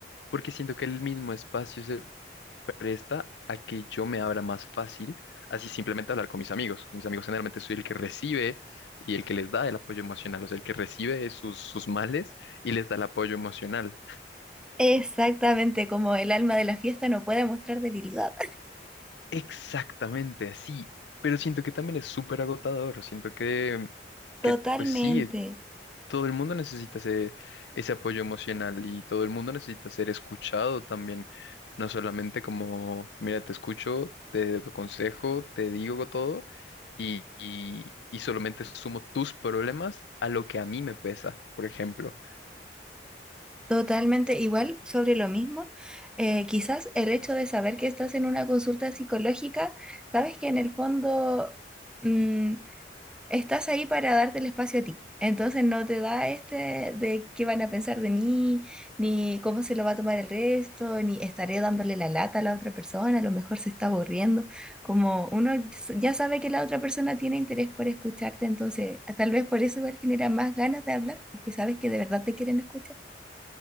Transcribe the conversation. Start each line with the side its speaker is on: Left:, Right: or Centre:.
Left: porque siento que el mismo espacio se presta a que yo me abra más fácil, así simplemente hablar con mis amigos. Con mis amigos generalmente soy el que recibe y el que les da el apoyo emocional, o sea, el que recibe sus, sus males y les da el apoyo emocional.
Centre: Exactamente, como el alma de la fiesta no puede mostrar debilidad.
Left: Exactamente así, pero siento que también es súper agotador, siento que,
Centre: <laughs> Totalmente.
Left: que pues sí, todo el mundo necesita ese, ese apoyo emocional y todo el mundo necesita ser escuchado también, no solamente como, mira, te escucho, te aconsejo, te digo todo y, y, y solamente sumo tus problemas a lo que a mí me pesa, por ejemplo.
Centre: Totalmente igual sobre lo mismo. eh, quizás el hecho de saber que estás en una consulta psicológica, sabes que en el fondo mm, estás ahí para darte el espacio a ti. Entonces no te da este de qué van a pensar de mí, ni cómo se lo va a tomar el resto, ni estaré dándole la lata a la otra persona, a lo mejor se está aburriendo. Como uno s- ya sabe que la otra persona tiene interés por escucharte, entonces tal vez por eso igual genera más ganas de hablar, porque sabes que de verdad te quieren escuchar.